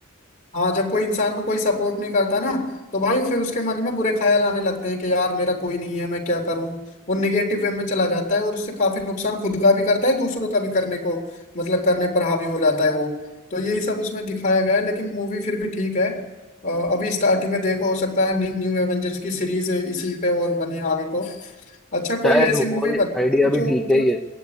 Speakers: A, on the left; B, in the centre.
A: हाँ जब कोई इंसान को कोई सपोर्ट नहीं करता ना तो भाई फिर उसके मन में बुरे ख्याल आने लगते हैं कि यार मेरा कोई नहीं है मैं क्या करूं वो निगेटिव वे में चला जाता है और उससे काफी नुकसान खुद का भी करता है दूसरों का भी करने को मतलब करने पर हावी हो जाता है वो तो यही सब उसमें दिखाया गया है लेकिन मूवी फिर भी ठीक है अ, अभी स्टार्टिंग है देखो हो सकता है न्यू न्यू एवेंजर्स की सीरीज इसी पे और बने आगे को अच्छा कोई
B: शायद
A: ऐसी
B: हो
A: मूवी बता
B: आइडिया
A: जो
B: भी ठीक
A: मतलब
B: है ये